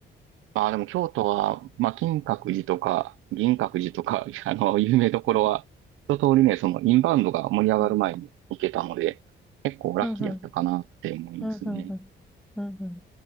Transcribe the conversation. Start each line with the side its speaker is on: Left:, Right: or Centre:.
Right: まあでも京都は、まあ金閣寺とか銀閣寺とか、<laughs> あの、有名どころは、
Centre: うん
Right: 一通りね、そのインバウンドが盛り上がる前に行けたので、
Centre: うんうん。
Right: 結構ラッキーだったかなって思いますね。
Centre: ふんふん。うんうんうん。うんうんんん